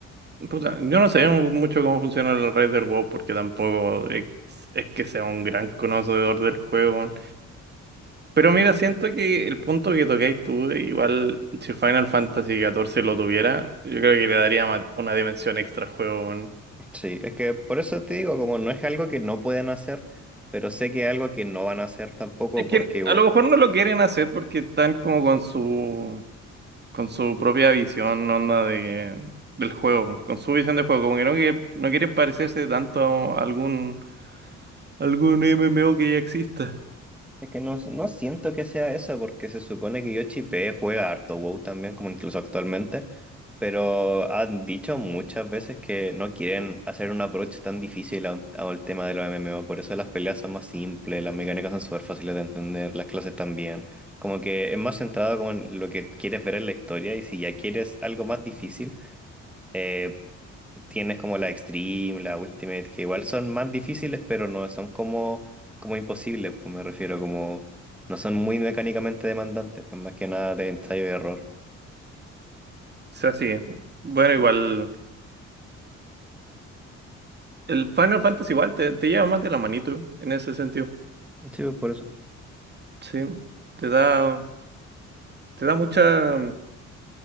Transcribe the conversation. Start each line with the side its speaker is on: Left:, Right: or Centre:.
Right: puta, yo no sé mucho cómo funciona la red del WoW porque tampoco es, es que sea un gran conocedor del juego. Pero mira, siento que el punto que tocáis tú, igual si Final Fantasy XIV lo tuviera, yo creo que le daría ma- una dimensión extra al juego.
Centre: Sí, es que por eso te digo, como no es algo que no pueden hacer, pero sé que es algo que no van a hacer tampoco
Right: Es que
Centre: porque
Right: a lo mejor no lo quieren hacer porque están como con su con su propia visión, onda de del juego, con su visión de juego, como que no, que- no quieren parecerse tanto a algún algún MMO que ya exista.
Centre: Es que no, no siento que sea eso porque se supone que Yoshi P juega harto WoW también, como incluso actualmente, pero han dicho muchas veces que no quieren hacer un approach tan difícil a un- al tema de los MMO, por eso las peleas son más simples, las mecánicas son súper fáciles de entender, las clases también, como que es más centrado como en lo que quieres ver en la historia y si ya quieres algo más difícil eh, Tienes como la Extreme, la Ultimate, que igual son más difíciles, pero no son como, como imposibles, pues me refiero como no son muy mecánicamente demandantes, pues más que nada de ensayo y error.
Right: O sea, sí. Bueno, igual el Final Fantasy igual te, te lleva más de la manito en ese sentido.
Centre: Sí, pues, por eso.
Right: Sí, te da te da mucha